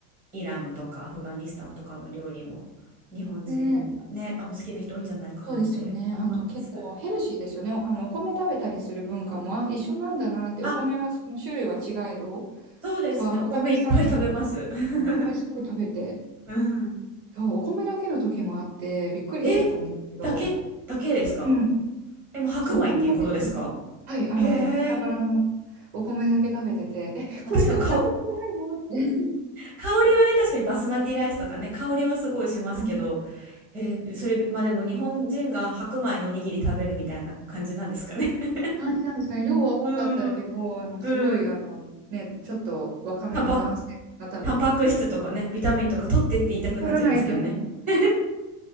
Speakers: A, in the centre; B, on the right.
A: イランとかアフガニスタンとかの料理も日本人ね、
B: う、ね、
A: あの好きな人多いんじゃないかなって思います。
B: そうですよね。あと結構ヘルシーですよね。あの、お米食べたりする文化も、あ、一緒なんだなって、
A: あ、
B: お米はその種類は違えど、
A: そうですね。
B: そう、アフガニスタン人とかもお米すごい食べて、
A: お米いっぱい食べます。<laughs> うん。
B: そう、お米だけの時もあって、びっくりしちゃったんですけど、
A: え、だけ、だけですか
B: うん。
A: え、もう白米っていうことですか
B: そう、お米だけ食べてた。はい、あの、
A: へえ。
B: パラパラのお米だけ食べてて、え、これでお腹空かないのって
A: まあ、確かにか、香りはね、確かにバスマティライスとかね、香りはすごいしますけど、
B: うん
A: えーそれ、まあでも日本人が白米のおにぎり食べるみたいな感じなんですかね。<laughs>
B: 感じなんですかね。量は多かったけど、
A: うん、
B: あの、
A: うん。
B: すごい、あの、ね、ちょっと若めの男性の方で、
A: タンパ、タンパク質とかね、ビタミンとか取ってって言いたくなっちゃいますけどね。
B: 取らないと。
A: <laughs>